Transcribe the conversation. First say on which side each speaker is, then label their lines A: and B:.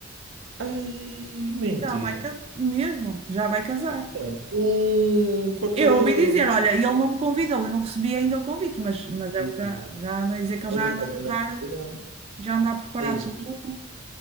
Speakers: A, on the right; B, on the right.
A: Ai, mentira.
B: Já vai casar, mesmo, já vai casar.
A: Bem, Com, com aquela.
B: Eu ouvi dizer,
A: hum,
B: olha, ele não me convidou, eu não recebi ainda o convite, mas, mas
A: Digo,
B: é o que já não é dizer que ele
A: Olha,
B: já anda
A: também
B: a tratar,
A: na Argentina
B: já anda a preparar
A: é isso.
B: tudo